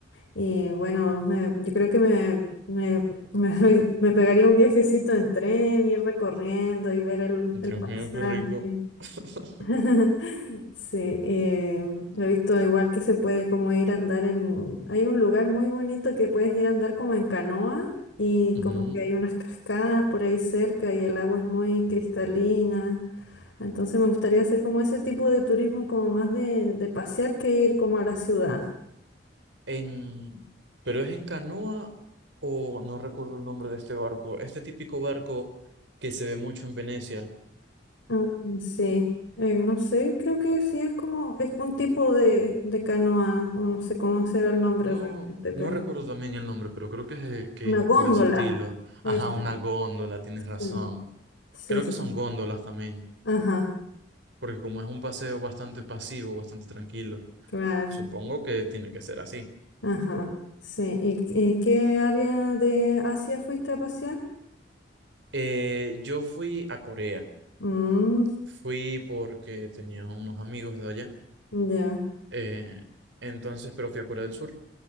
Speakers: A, on the left; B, on the right.
A: Y bueno, me- yo creo que me, me, me, <laughs> me pegaría un viajecito en tren, ir recorriendo y ver el,
B: Dios
A: el paisaje.
B: mío, qué rico. <laughs>
A: <laughs> Sí, eh, he visto igual que se puede como ir a andar en... Hay un lugar muy bonito que puedes ir a andar como en canoa y
B: Ujú.
A: como que hay unas cascadas por ahí cerca y el agua es muy cristalina. Entonces me gustaría hacer como ese tipo de turismo como más de, de pasear que ir como a la ciudad.
B: En... ¿Pero es en canoa o no recuerdo el nombre de este barco? Este típico barco que se ve mucho en Venecia.
A: Ah, sí, Eh, no sé, creo que sí es como... Es un tipo de, de canoa o no sé cómo será el nombre
B: No,
A: realmente,
B: no
A: pero
B: recuerdo también el nombre, pero creo que es, que
A: una
B: es
A: góndola.
B: por ese estilo.
A: Eso,
B: Ajá, una góndola, tienes razón.
A: sí. Sí,
B: Creo
A: sí.
B: que son góndolas también.
A: Ajá,
B: porque como es un paseo bastante pasivo, bastante tranquilo,
A: claro.
B: supongo que tiene que ser así.
A: Ajá, sí. ¿Y, y qué área de Asia fuiste a pasear?
B: Eh, yo fui a Corea,
A: Mm,
B: fui porque tenía unos amigos de allá,
A: ya,
B: eh, entonces, pero fui a Corea del Sur